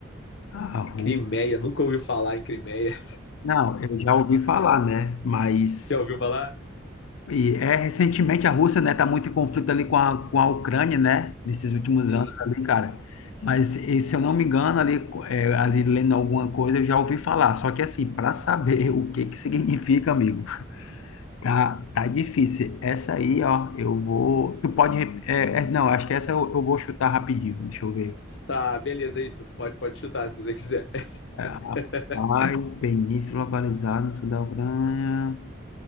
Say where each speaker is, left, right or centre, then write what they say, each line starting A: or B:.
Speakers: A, on the left; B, on the left.
A: A Rússia.
B: Crimeia, nunca ouviu falar em Crimeia.
A: Não, eu já ouvi falar, né? Mas
B: <laughs> Já ouviu falar?
A: E é, recentemente a Rússia, né, tá muito em conflito ali com a, com a Ucrânia, né, nesses últimos
B: Sim.
A: anos ali, cara. Mas e, se eu não me engano, ali, é, ali lendo alguma coisa, eu já ouvi falar. Só que assim, para saber <laughs> o que que significa, amigo, tá, tá difícil. Essa aí, ó, eu vou. Tu pode. rep- É, é, não, acho que essa eu, eu vou chutar rapidinho. Deixa eu ver.
B: Tá, beleza, é isso. Pode, pode chutar se você quiser. <laughs>
A: É, Ai, Península localizada no sul da Ucrânia.